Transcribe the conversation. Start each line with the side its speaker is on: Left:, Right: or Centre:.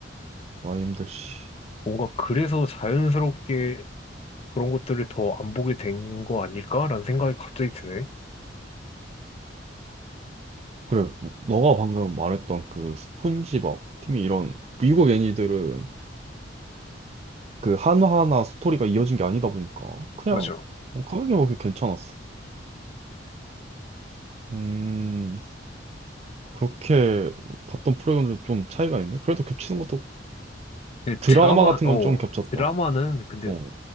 Right: 많이 힘들, 씨.
Left: 뭔가 그래서 자연스럽게 그런 것들을 더 안 보게 된 거 아닐까라는 생각이 갑자기 드네.
Right: 그래, 너가 방금 말했던 그 스폰지밥 팀이 이런 미국 애니들은 그 하나하나 스토리가 이어진 게 아니다 보니까 그냥
Left: 맞아.
Right: 뭐 가볍게 보기 괜찮았어. 음, 그렇게 봤던 프로그램들 좀 차이가 있네. 그래도 겹치는 것도
Left: 근데
Right: 드라마
Left: 드라마
Right: 같은
Left: 어
Right: 건 좀 겹쳤다.
Left: 드라마는 근데
Right: 어.